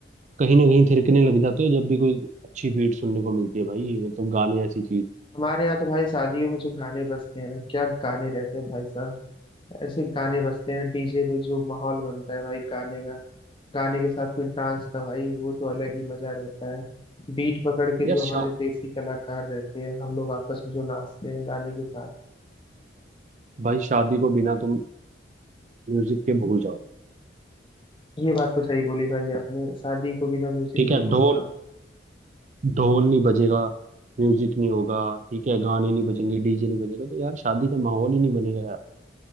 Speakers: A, on the right (about 40°); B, on the left (about 25°).
A: कहीं ना कहीं थिरकने लग जाते हो जब भी कोई अच्छी बीट सुनने को मिलती है भाई मतलब गाने ऐसी चीज
B: हमारे यहाँ तो भाई शादियों में जो गाने बजते हैं ना क्या गाने रहते हैं भाई साहब ऐसे गाने बजते हैं डीजे पे जो माहौल बनता है भाई गाने का गाने के साथ कोई डांस का भाई वो तो अलग ही मजा रहता है बीट पकड़ के जो
A: यार शा,
B: हमारे देसी कलाकार रहते हैं हम लोग आपस में जो नाचते हैं गाने के साथ
A: भाई शादी को बिना तुम म्यूजिक के भूल जाओ
B: ये बात तो सही बोली भाई आपने शादी को बिना म्यूजिक
A: ठीक
B: के
A: है
B: भूल
A: ढोल
B: जाओ
A: ढोल नहीं बजेगा म्यूजिक नहीं होगा ठीक है गाने नहीं बजेंगे डीजे नहीं बजेगा तो यार शादी का माहौल ही नहीं बनेगा यार